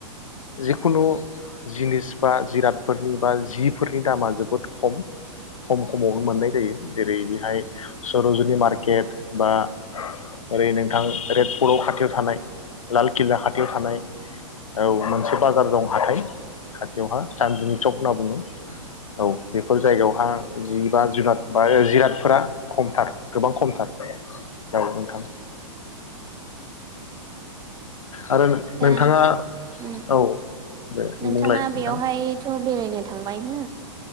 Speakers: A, on the left (about 85°); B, on the right (about 20°).
A: जिखुनु जिनिस बा जिरादफोरनि बा जिफोरनि दामा जोबोद खम खम खमावनो मोननाय जायो जेरै- बेहाय सरजुलि मार्केट बा ओरै नोंथां रेड फर्टआव खाथियाव थानाय लालकिल्ला खाथियाव थानाय औ मोनसे बाजार दं हाथाय खाथियावहा सान्दुनि सख होनना बुङो। औ बेफोर जायगायावहा। जि बा जिरादफोरा खमथार गोबां खमथार। जाव नोंथां। आरो
B: दा
A: नोंथाङा
B: उम,
A: औ। दे
B: नोंथाङा
A: बुंलाय
B: बेवहायथ
A: नोंथां
B: बेरायनो थांबाय हो